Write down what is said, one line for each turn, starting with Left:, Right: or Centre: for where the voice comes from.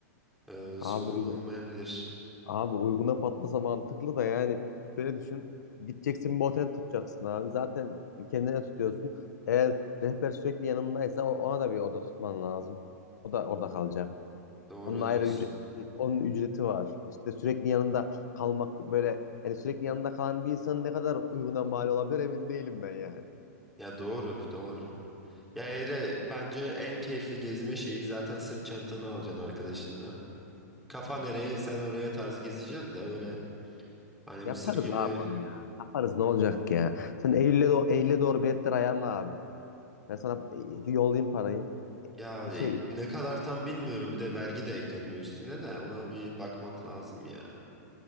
Centre: Ee,
Left: Abi
Centre: sorun olmayabilir.
Left: Abi uyguna patlasa mantıklı da yani şöyle düşün. Gideceksin bir otel tutacaksın abi. Zaten kendine tutuyorsun. Eğer rehber sürekli yanındaysa o- ona da bir oda tutman lazım. O da orada kalacak.
Centre: Doğru
Left: Onun ayrı
Centre: diyorsun.
Left: ücret, onun ücreti var. İşte sürekli yanında kalmak böyle yani sürekli yanında kalan bir insanın ne kadar uyguna mal olabilir emin değilim ben yani.
Centre: Ya doğru, doğru. Ya öyle bence en keyifli gezme şeyi zaten sırt çantanı alacaksın arkadaşınla. Kafa nereye sen oraya tarz gezeceksin de öyle hani Mısır
Left: Yaparız
Centre: gibi
Left: abi onu ya. Yaparız ne olacak ya. Sen Eylül'e do Eylül'e doğru biletler ayarla abi. Ben sana e, yollayayım parayı.
Centre: ya
Left: E,
Centre: e,
Left: Şey
Centre: ne kadar tam bilmiyorum bir de vergi de ekleniyor üstüne de ona bir bakmak lazım ya.